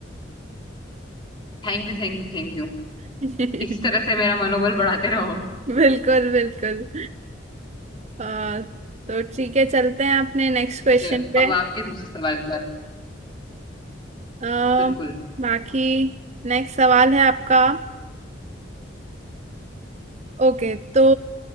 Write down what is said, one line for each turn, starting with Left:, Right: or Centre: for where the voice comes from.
Left: Thank you thank you thank you
Right: <laughs>
Left: इसी तरह से मेरा मनोबल बढ़ाते रहो
Right: बिल्कुल बिल्कुल आ, तो ठीक है चलते हैं अपने नेक्स्ट क्वेश्चन
Left: चलो
Right: पे
Left: अब आपके दूसरे सवाल का
Right: आ,
Left: बिल्कुल
Right: बाकी नेक्स्ट सवाल है आपका ओके तो